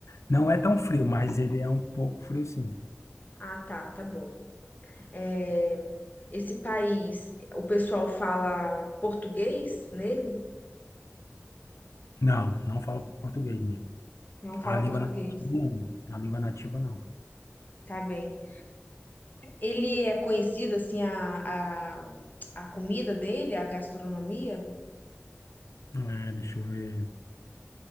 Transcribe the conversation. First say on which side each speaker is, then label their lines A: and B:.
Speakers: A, on the left (about 85°); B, on the left (about 35°).
A: não é tão frio, mas ele é um pouco frio, sim.
B: Ah, tá, tá bom. É, Esse país, o pessoal fala português nele?
A: Não, não falo português, né?
B: Não fala
A: A língua
B: português.
A: nativa não. A língua nativa não.
B: Tá bem. Ele é conhecido assim a, a, a comida dele, a gastronomia?
A: É, deixa eu ver.